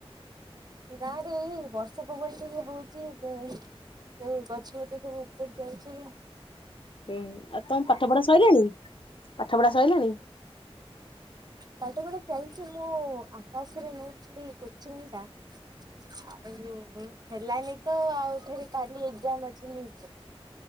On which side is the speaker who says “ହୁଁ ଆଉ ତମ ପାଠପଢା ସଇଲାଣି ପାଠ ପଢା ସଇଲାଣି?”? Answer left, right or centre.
Left